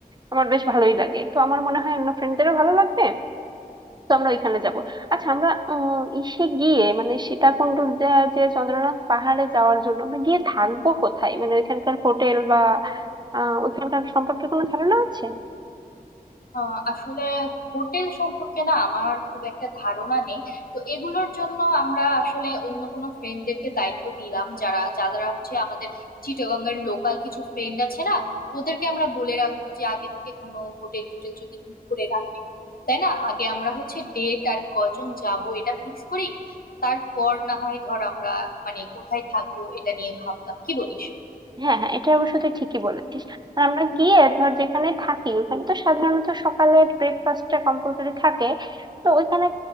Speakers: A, on the right; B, on the left.
A: আমার বেশ ভালোই লাগে তো আমার মনে হয় অন্য ফ্রেন্ডদেরও ভালো লাগবে তো আমরা ওইখানে যাব আচ্ছা আমরা আহ, ইসে গিয়ে মানে সীতাকুণ্ডুর যে যে চন্দ্রনাথ পাহাড়ে যাওয়ার জন্য আমরা গিয়ে থাকবো কোথায় মানে ওইখানকার হোটেল বা আহ ওইখানকার সম্পর্কে কোনো ধারণা আছে
B: আহ, আসলে হোটেল সম্পর্কে না আমার খুব একটা ধারণা নেই তো এগুলোর জন্য আমরা আসলে অন্য কোনো ফ্রেন্ডদেরকে দায়িত্ব দিলাম যারা যারা হচ্ছে আমাদের চিটাগাং এর লোকাল কিছু ফ্রেন্ড আছে না ওদেরকে আমরা বলে রাখবো যে আগে থেকে কোনো হোটেল টোটেল যদি বুক করে রাখে তাই না আগে আমরা হচ্ছে ডেট আর কজন যাব এটা ফিক্স করি তারপর না হয় ধর আমরা মানে কোথায় থাকবো এটা নিয়ে ভাবলাম কি বলিস
A: হ্যাঁ হ্যাঁ এটা অবশ্য তুই ঠিকই বলেছিস আর আমরা গিয়ে ধর যেখানে থাকি ওখানে তো সাধারণত সকালের ব্রেকফাস্টটা কম্পালসরি থাকে তো ওইখানে